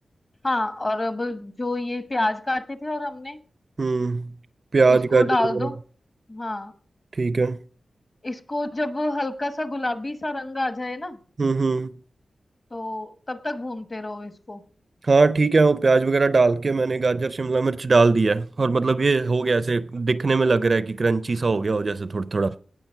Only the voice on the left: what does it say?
हाँ और अब जो ये प्याज काटे थे और हमने
इसको
डाल
दो हाँ
इसको जब हल्का सा गुलाबी सा रंग आ जाए ना
तो तब तक भूनते रहो इसको